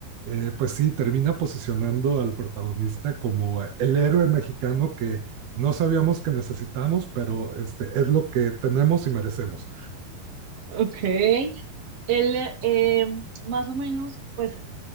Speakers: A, on the right; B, on the right.
A: eh, pues sí, termina posicionando al protagonista como el héroe mexicano que no sabíamos que necesitamos, pero este, es lo que tenemos y merecemos.
B: Ok. Él, eh, más o menos, pues